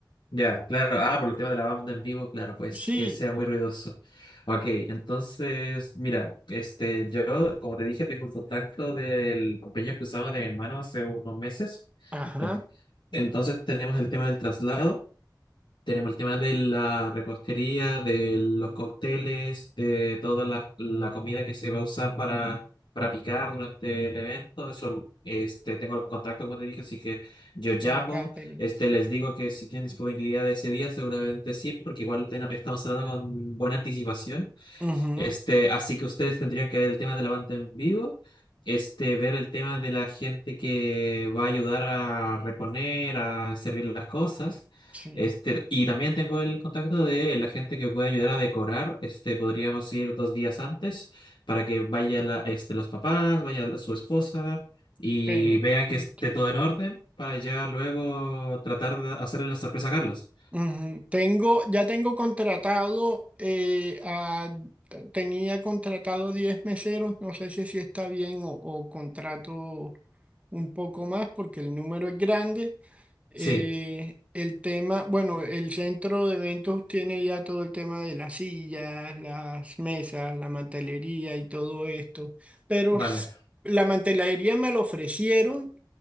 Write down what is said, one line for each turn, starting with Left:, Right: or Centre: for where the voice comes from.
Left: Ya, claro. Ah, por el tema de la banda en vivo, claro, puede
Right: Sí,
Left: ser que sea muy ruidoso. Ok, entonces, mira, este, yo, como te dije, tengo un contacto del compañero que usaba de mi hermano hace unos meses.
Right: ajá,
Left: Ent- Entonces tenemos el tema del traslado. Tenemos el tema de la repostería, de los cócteles, de toda la, la comida que se va a usar para, para picar durante el evento. Eso, este, tengo el contacto, como te dije, así que yo llamo,
Right: el catering.
Left: este, les digo que si tienen disponibilidad ese día, seguramente sí, porque igual ten- estamos hablando con buena anticipación.
Right: Ujú,
Left: Este, así que ustedes tendrían que ver el tema de la banda en vivo, este, ver el tema de la gente que va a ayudar a reponer, a servir las cosas.
Right: sí,
Left: Este, y también tengo el contacto de la gente que puede ayudar a decorar. Este, podríamos ir dos días antes para que vaya la, este, los papás, vaya la- su esposa y
Right: perfecto.
Left: vean que esté todo en orden para ya luego tratar de hacerle la sorpresa a Carlos.
Right: Ujú, Tengo, ya tengo contratado, eh, a- tenía contratado 10 meseros, no sé si así está bien o o contrato. un poco más porque el número es grande. Eh,
Left: Sí,
Right: el tema, bueno, el centro de eventos tiene ya todo el tema de las sillas, las mesas, la mantelería y todo esto. Pero
Left: vale.
Right: s- la mantelería me lo ofrecieron,